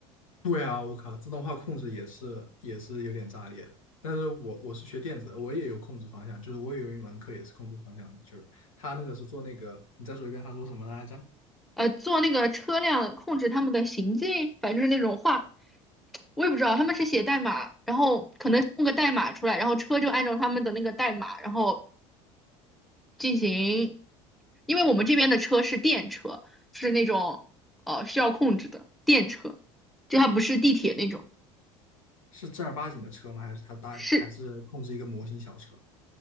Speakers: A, on the left; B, in the centre.
A: 对啊，我靠，自动化控制也是也是有点炸裂的。但是我我是学电子的我也有控制方向，就是我也有一门课也是控制方向，就是他那个是做那个，你再说一遍，他说什么来着？
B: 呃，做那个车辆控制他们的行进，反正就是那种画，我也不知道他们是写代码，然后可能弄个代码出来，然后车就按照他们的那个代码，然后。进行，因为我们这边的车是电车，就是那种呃需要控制的电车，就它不是地铁那种，
A: 是正儿八经的车吗？还是它搭还是控制一个模型小车？
B: 是